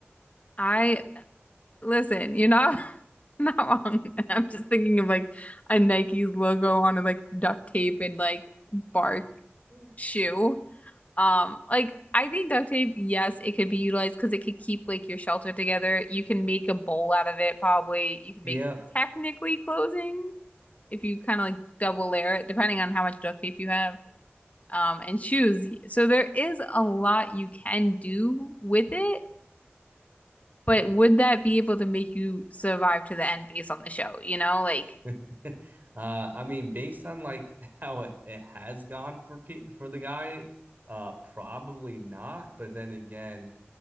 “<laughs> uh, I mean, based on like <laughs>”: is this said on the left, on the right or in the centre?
Right